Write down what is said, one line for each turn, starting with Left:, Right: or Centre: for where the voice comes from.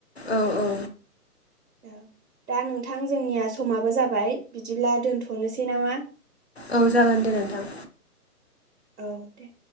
Left: औ औ।
Right: औ दा नोंथां जोंनिया समाबो जाबाय बिदिब्ला दोनथ'नोसै नामा?
Left: औ जागोन दे नोंथां।
Right: औ दे।